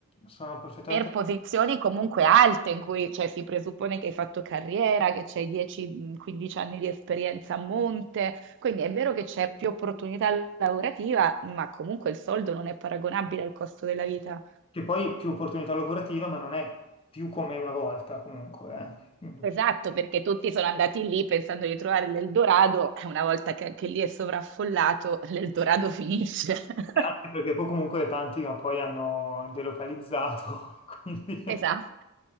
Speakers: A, on the left (about 25°); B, on the right (about 55°).
A: sono perfettamente...
B: per posizioni comunque alte in cui cioè, si presuppone che hai fatto carriera, che c'hai 10-15 anni di esperienza a monte, quindi è vero che c'è più opportunità lavorativa, ma comunque il soldo non è paragonabile al costo della vita.
A: Che poi più opportunità lavorativa, ma non è più come una volta comunque, eh.
B: Esatto, perché tutti sono andati lì pensando di trovare l'Eldorado, e una volta che anche lì è sovraffollato, l'Eldorado finisce. <laughs>
A: Anche perché poi comunque tanti ma poi hanno delocalizzato, <laughs> quindi...
B: Esatto.